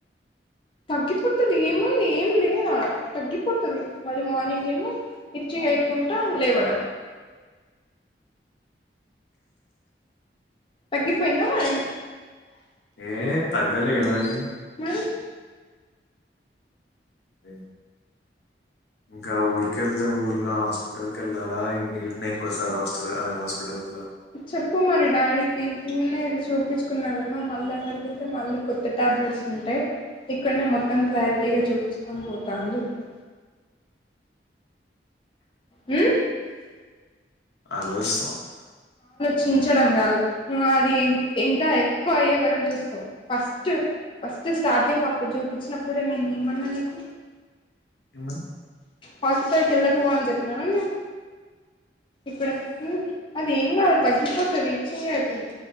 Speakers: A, on the left; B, on the left.
A: <inaudible>
B: తగ్గిపోతది ఏముది ఏం లేదు ఆడ తగ్గిపోతది మళ్ళీ మార్నింగ్ ఏమో ఇచ్చింగ్ ఐ కుంటా లేవడం
A: <inaudible>
B: తగ్గి పొయిందా మరీ
A: ఏ తగ్గలే ఏడ తగ్గిం
B: మరి
A: <inaudible> ఇంకా ఊరికెళ్తే ఊర్లో హాస్పిట ల్కెళ్ళాలా ఈన్నే ఇంకొసారి హాస్టల్ హాస్పిటల్
B: చెప్పు మరీ డాడీ కి ఈన్నే చూపిచ్చుకున్నా కదా మళ్ళీ అక్కడికెళ్తే మళ్ళీ కొత్త టాబ్లెట్స్ ఉంటై ఇక్కడ మొత్తం క్లారిటీగా చూపిచ్చుకోన్ పోతా అనిజెప్పు
A: <inaudible>
B: హు
A: ఆలోచిస్తన్నమ్
B: చించడం కాదు నువ్వు అది ఇంకా ఎక్కువ అయ్యే వరకు చూస్తవ్ నా ఫస్ట్ ఫ స్ట్ స్టార్టింగ్ అప్పుడు చూపిచ్చినప్పుడే నేను ఏమన్నా నీకు
A: ఏమన్న
B: హాస్పిటల్కు ఎళ్ళకు అని జెప్పినాన నేను ఇప్పుడ అది ఏం కాదు తగ్గిపోతది ఇచ్చింగ్ ఐతుంది